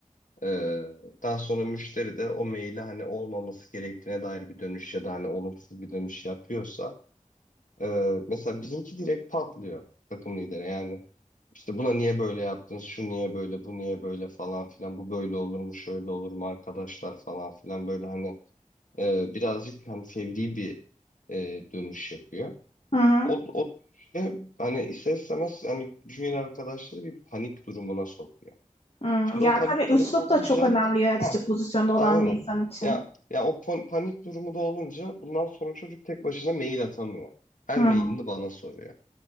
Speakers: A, on the left; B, on the left.
A: Ee, daha sonra müşteri de o maile hani olmaması gerektiğine dair bir dönüş ya da hani olumsuz bir dönüş yapıyorsa e, mesela bizimki direkt patlıyor takım lideri yani işte buna niye böyle yaptınız şu niye böyle bu niye böyle falan filan bu böyle olur mu şöyle olur mu arkadaşlar falan filan böyle hani e, birazcık hani fevri bir e, dönüş yapıyor.
B: hı hı,
A: O, o dönüşte hani ister istemez hani junior arkadaşları bir panik durumuna sokuyor.
B: hı.
A: Şimdi
B: Yani
A: o panik
B: tabii
A: durumu
B: üslup
A: olunca
B: da çok önemli yönetici
A: ha.
B: pozisyonda olan
A: Aynen.
B: bir insan için.
A: Ya ya o pan- panik durumu da olunca bundan sonra çocuk tek başına mail atamıyor. Her
B: Hı.
A: mailini bana soruyor.